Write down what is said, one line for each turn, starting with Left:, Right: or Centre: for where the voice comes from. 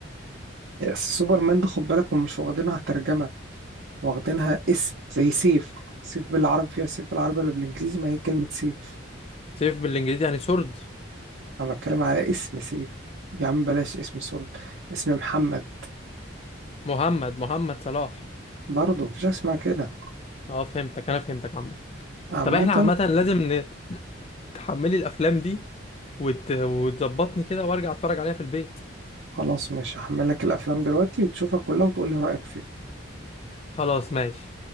Right: سوبرمان ده خد بالك هم مش واخدينها ترجمة واخدينها اسم زي سيف سيف بالعربي فيها سيف بالعربي ولا بالانجليزي ما هي كلمة سيف
Left: سيف بالانجليزي يعني سورد
Right: انا بتكلم على اسم سيف يا عم بلاش اسم سول اسم محمد
Left: محمد محمد صلاح
Right: برضه مفيش حاجة اسمها كده
Left: اه فهمتك انا فهمتك عامة
Right: عامة
Left: طب احنا عامة لازم ن- تحملي الافلام دي وت... وتظبطني كده وارجع اتفرج عليها في البيت
Right: خلاص مش هحملك الافلام دلوقتي وتشوفها كلها وتقولي رأيك فيها
Left: خلاص ماشي